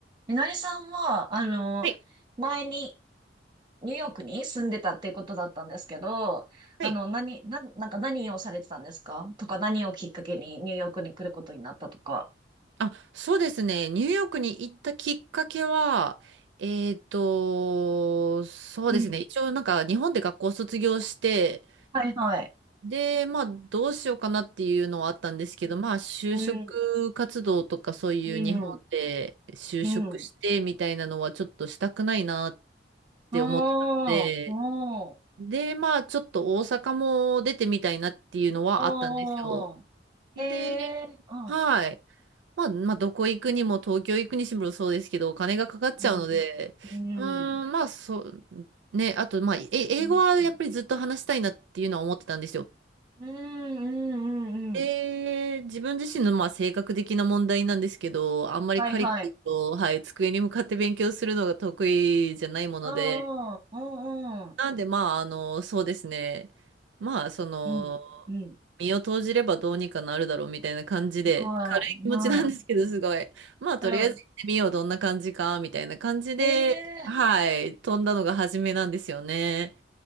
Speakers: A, on the right (about 25°); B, on the right (about 80°).
A: みのりさんは、あの、
B: はい。
A: 前にニューヨークに住んでたっていうことだったんですけど、
B: はい
A: あの、何、な、なんか何をされてたんですかとか何をきっかけにニューヨークに来ることになったとか。
B: あ、そうですね。ニューヨークに行ったきっかけは、えっと、そうですね。
A: うん、
B: 一応なんか日本で学校卒業して、
A: はいはい。
B: で、まあどうしようかなっていうのはあったんですけど、まあ就職活動とかそういう日本で就職してみたいなのはちょっとしたくないなっ
A: うん、うん、うん。
B: て思ってたので、
A: おー、おー、
B: で、まあちょっと大阪も出てみたいなっていうのはあったんですよ。
A: おー。へ
B: ではい。
A: え、うん、
B: まあ、まあ、どこ行くにも、東京行くにしろそうですけど、お金がかかっちゃうので、
A: うん、うん、
B: うーん、まあ、そう、ね、あと、まあ、え、英語はやっぱりずっと話したいなっていうのは思ってたんですよ。
A: うん、うん、うん、うん。
B: えー、
A: うん
B: 自分自身のまあ性格的な問題なんですけど、あんまりカリカリと、
A: はいはい。
B: はい、机に向かって勉強するのが得意じゃないもので、
A: うん、うん、うん、
B: なんで、まあ、あの、そうですね。まあ、その、
A: うん、うん、
B: 身を投じればどうにかなるだろうみたいな感じで、
A: すごい。
B: 軽い気持ちなんですけど、
A: はい。
B: すごい。まあ、
A: うん。
B: とりあえず行ってみよう、どんな感じか、みたいな感じで、
A: ええーえ
B: はい、飛んだのが初めなんですよね。